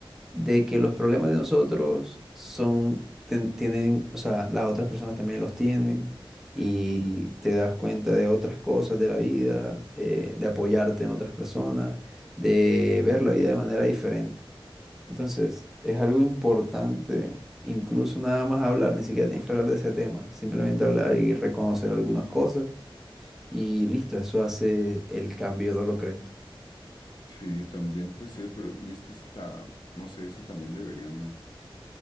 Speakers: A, in the centre; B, on the left.
A: de que los problemas de nosotros son, ten- tienen, o sea, las otras personas también los tienen y
B: Sí,
A: te das cuenta de otras cosas de la vida, eh, de apoyarte en otras personas, de ver la vida de manera diferente. Entonces, es algo importante, incluso nada más hablar, ni siquiera tienes que hablar de ese tema, simplemente hablar y reconocer algunas cosas y listo, eso hace el cambio, ¿no lo crees?
B: sí, también puede ser, pero y es que está, no sé, eso también deberían